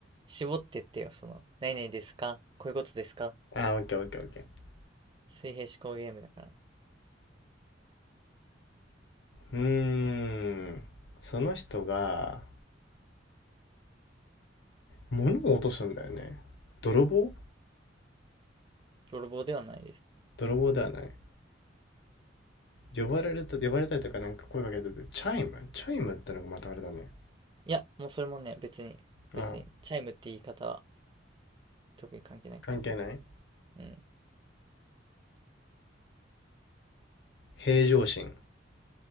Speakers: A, on the right; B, on the left.
A: 絞ってってよ、その、何々ですかこういうことですか
B: あ、オッケーオッケーオッケー。
A: 水平思考ゲームだから。
B: うーん。その人が物を落とすんだよね。泥棒
A: 泥棒ではないです。
B: 泥棒ではない。呼ばれると、呼ばれたりとかなんか声かけてて、チャイムチャイムってのがまたあれだね。
A: いや、もうそれもね、別に、
B: あ、
A: 別に、チャイムって言い方は特に関係ないから。
B: 関係ない
A: うん。
B: 平常心。